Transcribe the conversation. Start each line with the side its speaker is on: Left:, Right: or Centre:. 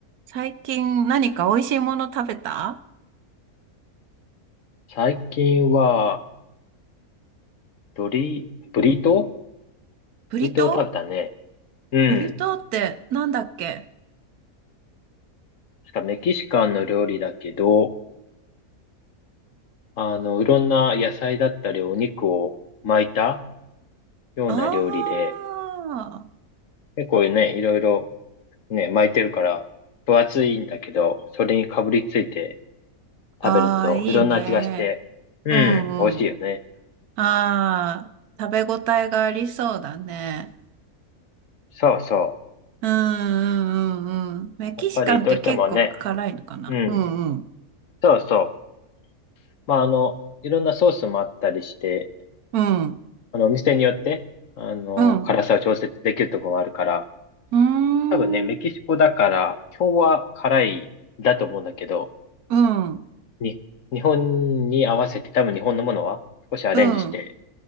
Right: 最近何か美味しいもの食べた
Left: 最近は、ブリ、ブリトー
Right: ブリトー
Left: ブリトーを食べたね。うん。
Right: ブリトーってなんだっけ
Left: 確かメキシカンの料理だけど、あの、いろんな野菜だったりお肉を巻いたような料理で、
Right: ああー、
Left: 結構ね、いろいろね、巻いてるから分厚いんだけど、それにかぶりついて
Right: ああ、
Left: 食べるといろんな味がして、
Right: いいね。
Left: うん、
Right: うんうん。
Left: 美味しいよね。
Right: ああ食べ応えがありそうだね。
Left: そうそ
Right: うんうんうんうん。メキシカンって結構辛いのかなうんうん。
Left: う。やっぱりどうしてもね、うん、そうそう。まあ、あの、いろんなソースもあったりして、
Right: うん。
Left: あの、お店によって、あの、
Right: うん。
Left: 辛さを調節できるところもあるから、
Right: うーん、
Left: 多分ね、メキシコだから、
Right: うん
Left: 基本は辛いだと思うんだけど、
Right: うん。うん
Left: に、日本に合わせて、多分日本のものは少しアレンジして、
Right: うん